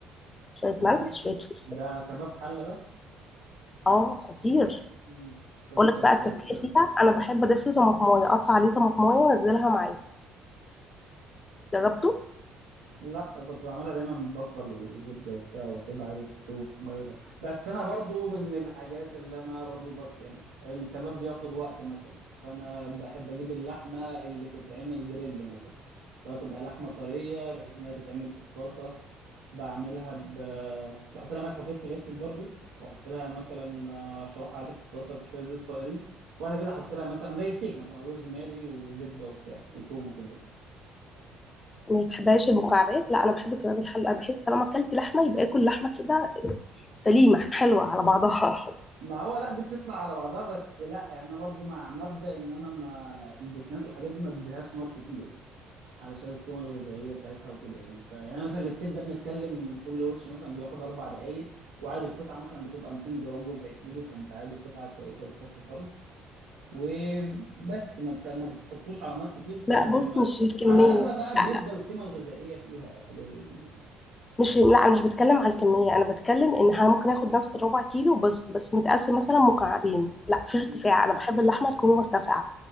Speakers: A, on the left; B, on the right.
A: شويه
B: تمام
A: ملح شويه فلفل
B: ده كباب حلة ده
A: اه خطير
B: مم. شوية
A: اقول
B: قرفة
A: لك بقى تركيه
B: وبتاع
A: فيها انا بحب اضيف له طماطمايه اقطع عليه طماطمايه وانزلها معايا جربته
B: لا كنت بعملها دايما ببصل وزبده وبتاع واسيبها عادي تستوي في ميه ده. بس انا برضو من الحاجات اللي انا برضو بط... يعني الكباب بياخد وقت مثلا فانا بحب اجيب اللحمه اللي تتعمل جريل مثلا لو تبقى لحمه طريه بحيث انها تتعمل في الطاسه بعملها ب... بحط لها ملح وفلفل اسود برضو واحط لها مثلا آه، شوحها عادي في الطاسه في شويه زيت صغيرين وبعد كده احط لها مثلا زي ستيك مثلا روزماري وزبده وبتاع وتوم وكده يعني.
A: ما بتحبهاش المكعبات لا انا بحب كباب الحله انا بحس طالما اكلت لحمه يبقى اكل لحمه كده سليمه حلوه على بعضها <laughs>
B: ما هو لا دي بتطلع على بعضها بس لا انا برضو مع مبدأ ان انا ما البروتينات والحاجات دي ما اديهاش نار كتير علشان القيمه الغذائيه بتاعتها وكده يعني فيعني مثلا الستيك ده بنتكلم كل وش مثلا بياخد اربع دقائق وعادي القطعه مثلا بتبقى 200 جرام ربع كيلو فانت عادي قطعه كويسه وتكفي فرد وبس ما بت... ما بتحطوش على نار كتير فانت
A: لا
B: بما...
A: بص مش الكميه
B: على الاغلب بقى
A: لا
B: بيفضل
A: لا
B: القيمه الغذائيه فيها او حاجه زي كده
A: مش لا انا مش بتكلم على الكميه انا بتكلم انها ممكن اخد نفس الربع كيلو بس بس متقسم مثلا مكعبين لا في ارتفاع
B: يعني
A: انا بحب اللحمه تكون مرتفعه